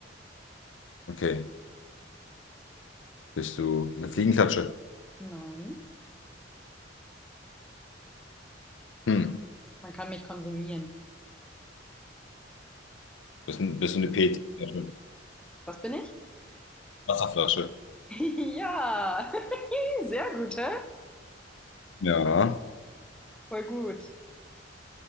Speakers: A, on the left (about 75°); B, in the centre.
A: Okay. Bist du eine Fliegenklatsche?
B: nein.
A: Hm.
B: Man kann mich konsumieren.
A: Bist, du- bist du eine PET-Flasche?
B: Was bin ich?
A: Wasserflasche?
B: <laughs> Ja, <laughs> sehr gut, hä?
A: Ja.
B: Voll gut.